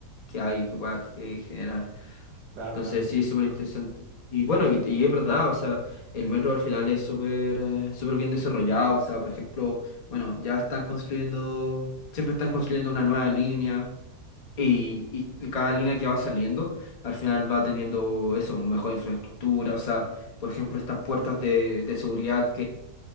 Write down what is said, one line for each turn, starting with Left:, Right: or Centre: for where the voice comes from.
Left: que hay que pueda eh, generar.
Right: Claro,
Left: Entonces
Right: claro, sí.
Left: sí, es súper interesante. Y bueno,
Right: Sí,
Left: y, y es verdad, o sea, el metro al final es súper eh, súper bien desarrollado, o sea, por ejemplo, bueno, ya están construyendo, siempre están construyendo una nueva línea y, y- y cada línea que va saliendo al final va teniendo eso, mejor infraestructura, o sea, por ejemplo, estas puertas de, de seguridad